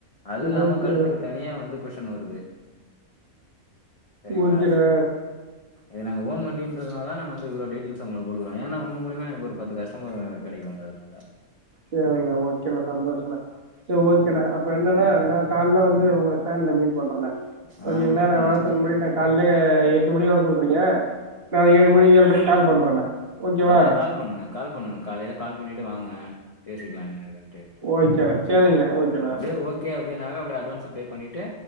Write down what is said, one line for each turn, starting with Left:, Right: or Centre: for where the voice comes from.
Left: அது இல்லாம
Right: ஓகேண்ணா
Left: கழுத்துக்கு தனியா வந்து குஷன் வருது செரிங்களா
Right: ஓகேண்ணா
Left: இது நாங்க ஓன் வண்டின்ரதுனால தா நாங்க வந்து இவ்ளோ டீடெயில்சு ஒங்களுக்கு குடுக்குறோ ஏன்னா உங்க மூலியமா எனக்கு ஒரு பத்து கஷ்டம கெடைக்குங்கதுனால
Right: சேரிங்கண்ணா ஓக்கேண்ணா சந்தோஷண்ணா சே ஓக்கேண்ணா அப்ப என்னன்னா நா கால்ல வந்து உங்கள ஸ்டாண்டல மீட் பண்றேண்ணா ஓக்கேங்களா
Left: ஆ மீட்
Right: நா
Left: பண்ணுங்க.
Right: வர்றதுக்கு முன்னாடி ட கால்ல எட்டு மணி வர சொல்றீங்க நா ஏழு மணி ஏழ்ரைக்கு கால் பண்றேண்ணா ஓகேவா
Left: அதா கால் பண்ணுங்க கால் பண்ணுங்க காலைல கால் பண்ணிட்டு வாங்க பேசிக்கலா என்ன ஏதுன் ட்டு
Right: ஓகேண்ணா சேரிங்கண்ணா ஓகேண்ணா
Left: ம் அப்டியே ஓகே அப்டின்னாக்கா அப்டியே அட்வான்ஸ பே பண்ணிட்டு